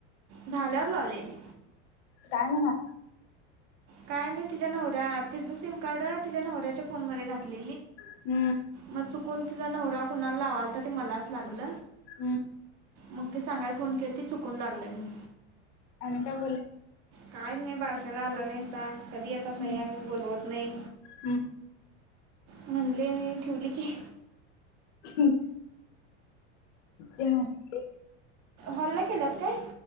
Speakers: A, on the right; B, on the left.
A: झाल्यावर लावलेली
B: काय म्हणा
A: काय नाही तिच्या नवऱ्या तिचं सिम कार्ड तिच्या नवऱ्याच्या फोन म घाल
B: हम्म
A: मग चुकून तिचा नवरा कुणाला लावाल तर ते मलाच लागल
B: हम्
A: मग ते सांगायला फोन केले ते चुकून लागलय म
B: आम् का बोल
A: काय नाही बारशाला आल नाहीसा कधी येत अस
B: हम्म
A: या मी बोलवत नाही
B: हम्म
A: म्हणले आणि ठेवली की
B: ह जन्हा
A: हल्ला केलात काय